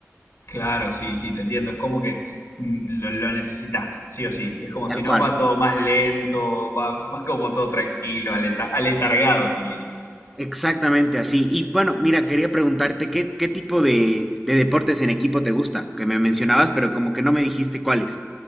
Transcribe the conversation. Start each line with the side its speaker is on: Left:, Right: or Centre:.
Left: Claro, sí, sí, te entiendo. Es como que mm, lo, lo necesitas, sí o sí. Es como
Centre: Tal
Left: si no,
Centre: cual.
Left: va todo más lento, va, <laughs> va como todo tranquilo, aleta- aletargado sería.
Centre: Exactamente así. Y bueno, mira, quería preguntarte qué, qué tipo de, de deportes en equipo te gusta, que me mencionabas, pero como que no me dijiste cuáles.